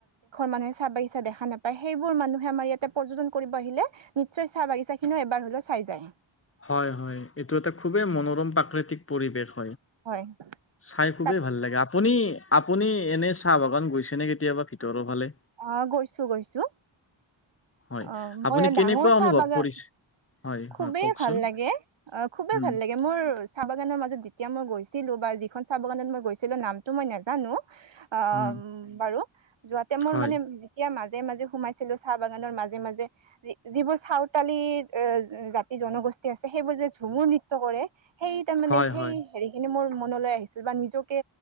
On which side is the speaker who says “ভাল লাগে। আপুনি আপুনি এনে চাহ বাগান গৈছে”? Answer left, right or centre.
Left